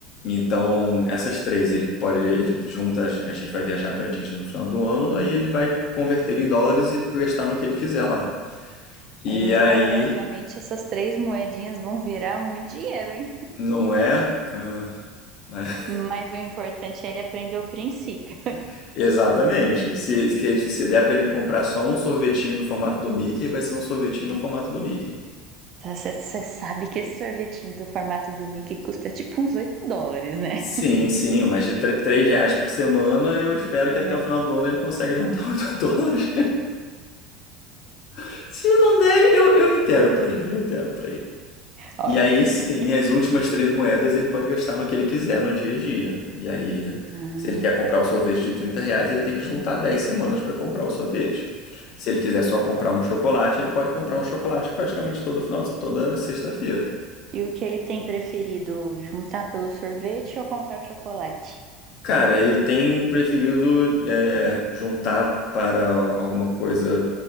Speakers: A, on the left (about 55°); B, on the right (about 50°).
A: Então, essas três, ele pode, ele junta, a gen- a gente vai viajar para Disney no final do ano, aí ele vai converter em dólares e gastar no que ele quiser lá. E
B: É, milagrosamente
A: aí,
B: essas três moedinhas vão virar muito dinheiro, hein?
A: não é, ah, mas-
B: Mas o importante é ele aprender o princípio.
A: <laughs> exatamente. Se, se, ele- se der para ele comprar só um sorvetinho do formato do Mickey, vai ser um sorvetinho no formato do Mickey.
B: Você sabe que esse sorvetinho do formato do Mickey custa tipo uns 8 dólares, né?
A: Sim, sim, mas de tre- 3 reais por semana, eu espero
B: É.
A: que até o final do ano ele consiga juntar 8 dólares. <laughs> Se não der, eu, eu intero pra ele, eu intero pra ele.
B: Ok.
A: E aí, sim, as últimas três moedas ele pode gastar no que ele quiser no dia a dia. E aí,
B: Ah,
A: se ele quer comprar o sorvete de 30 reais, ele tem que juntar 10 semanas para comprar o sorvete. Se ele quiser só comprar um chocolate, ele pode comprar um chocolate praticamente todo final, toda sexta-feira.
B: E o que ele tem preferido? Juntar pelo sorvete ou comprar o chocolate?
A: Cara, ele tem preferido é, juntar para alguma coisa